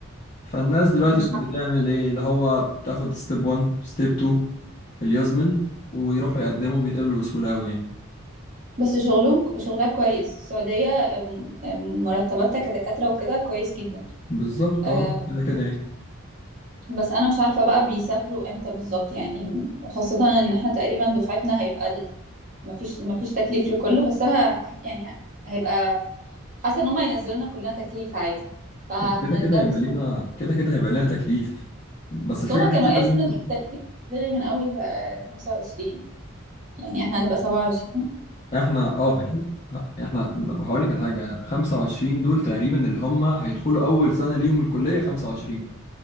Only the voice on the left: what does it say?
فالناس دلوقتي
بقت بتعمل
ايه اللي هو بتاخد ستيب 1 ستيب 2 في اليوزمل ويروحوا يقدموا بيتقبلوا بسهولة أوي يعني
بالظبط
اه كده كده يعني
هو كده كده هيبقى لينا
كده كده هيبقى لينا تكليف بس
الفكرة
ان
انت لازم
احنا اه احنا هقول لك على حاجة 25 دول تقريبا اللي هم هيدخلوا اول سنة ليهم الكلية 25